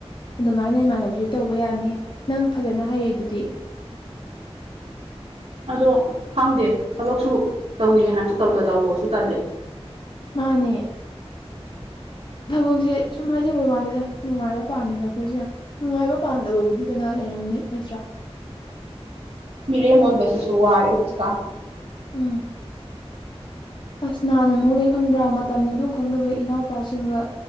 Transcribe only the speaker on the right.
ꯑꯗꯣ ꯈꯪꯗꯦ ꯊꯕꯛꯁꯨ ꯇꯧꯅꯤꯡꯉꯦ ꯍꯥꯏꯁꯨ ꯇꯧꯗ ꯇꯧꯁꯨ ꯇꯜꯂꯤ
<inaudible>
ꯃꯦ ꯃꯣ ꯁꯁꯨ ꯑꯔꯦꯀ